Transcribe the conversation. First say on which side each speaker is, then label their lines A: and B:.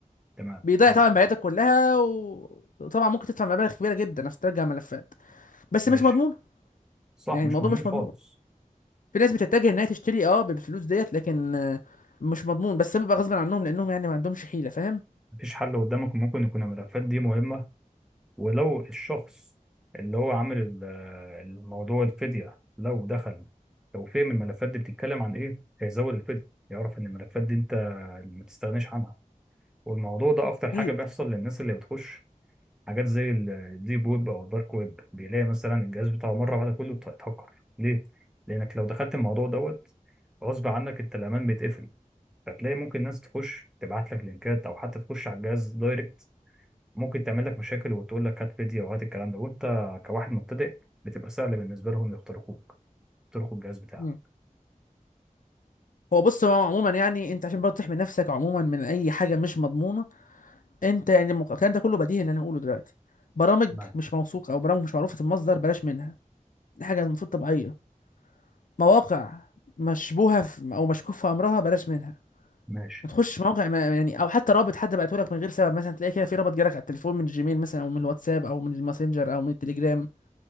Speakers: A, in the centre; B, on the left.
A: تمام
B: بيضيع
A: حلو
B: طبعا بياناتك كلها و- وطبعا ممكن تدفع مبالغ كبيره جدا عشان ترجع ملفات بس
A: ماشي
B: مش مضمون
A: صح
B: يعني
A: مش
B: الموضوع
A: مضمون
B: مش مضمون
A: خالص
B: في ناس بتتجه انها تشتري اه بالفلوس ديت لكن آه، مش مضمون بس بيبقى غصب عنهم لانهم يعني ما عندهمش حيله فاهم
A: مفيش حل قدامك ممكن يكون الملفات دي مهمه ولو الشخص اللي هو عامل ال- الموضوع الفديه لو دخل لو فهم الملفات دي بتتكلم عن ايه هيزود الفديه يعرف ان الملفات دي انت ما تستغناش عنها والموضوع ده اكتر حاجه
B: اكيد
A: بيحصل للناس اللي بتخش حاجات زي ال- الديب ويب او الدارك ويب بيلاقي مثلا الجهاز بتاعه مره واحده كله ات- اتهكر ليه لانك لو دخلت الموضوع دوت غصب عنك انت الامان بيتقفل فتلاقي ممكن ناس تخش تبعت لك لينكات او حتى تخش على الجهاز دايركت ممكن تعمل لك مشاكل وتقول لك هات فيديو وهات الكلام ده وانت كواحد مبتدئ بتبقى سهله بالنسبه لهم يخترقوك يخترقوا الجهاز بتاعك
B: مم. هو بص هو عموما يعني انت عشان برضه تحمي نفسك عموما من اي حاجه مش مضمونه انت يعني المق- الكلام ده كله بديهي ان انا هقوله دلوقتي برامج
A: تمام
B: مش موثوقه او برامج مش معروفه المصدر بلاش منها دي حاجه المفروض طبيعيه مواقع مشبوهه في او مشكوك في امرها بلاش منها
A: ماشي
B: ما تخش مواقع ما يعني او حتى رابط حد بعته لك من غير سبب مثلا تلاقي كده في رابط جالك على التليفون من الجيميل مثلا او من الواتساب او من الماسنجر او من التليجرام